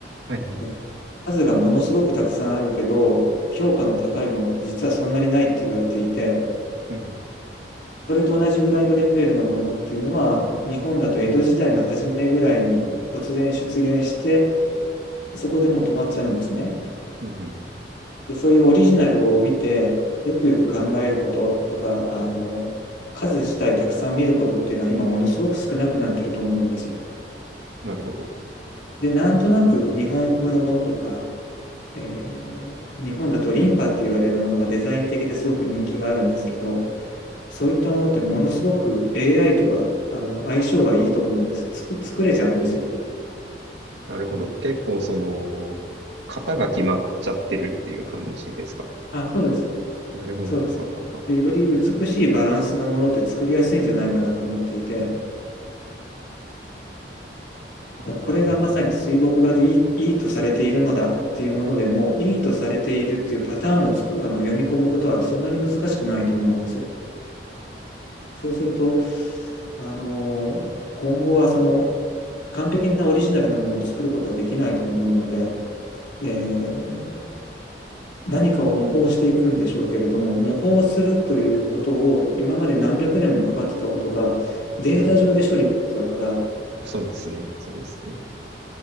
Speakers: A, on the right; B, on the left.
A: はいはい。
B: で、数がものすごくたくさんあるけど、評価の高いものって実はそんなにないって言われていて、
A: うん
B: それと同じぐらいのレベルのものっていうのは、日本だと江戸時代の初めぐらいに突然出現して、そこでもう止まっちゃうんですね。
A: うんうんうん
B: で、そういうオリジナルを見て、よくよく考えることとか、あの、数自体たくさん見ることっていうのは今ものすごく少なくなってると思うんです。
A: なるほど。
B: で、なんとなく日本風のものとか、
A: うんうんうん
B: えー日本だとリンパって言われるものがデザイン的ですごく人気があるんですけど、そういったものってものすごく AI とはあの相性がいいと思うんです。つく、作れちゃうんですよ。
A: なるほど。
B: うん、
A: 結構その、型が決まっちゃってるっていう感じですか。
B: あ、そうです。
A: なるほど。
B: そうです。
A: ははは。
B: で、より美しいバランスのものって作りやすいんじゃないかなと思っていて、
A: ははは。
B: だこれがまさに水墨画でいい、いいとされているのだっていうものでも、いいとされているっていうパターンをつく、あの読み込むことはそんなに難しくないと思うんですよ。
A: うんうん。
B: そうすると、あのー今後はその完璧なオリジナルなものを作ることはできないと思うので、えー何かを模倣していくんでしょうけれども、模倣するということを今まで何百年もかかってたことがデータ上で処理しちゃうから、
A: うん。そうですね。そうですね。